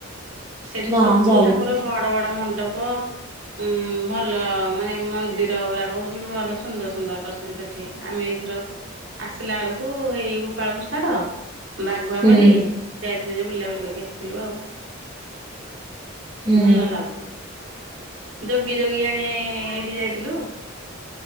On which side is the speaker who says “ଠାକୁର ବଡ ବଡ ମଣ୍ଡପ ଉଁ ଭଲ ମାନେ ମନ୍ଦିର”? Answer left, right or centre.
Right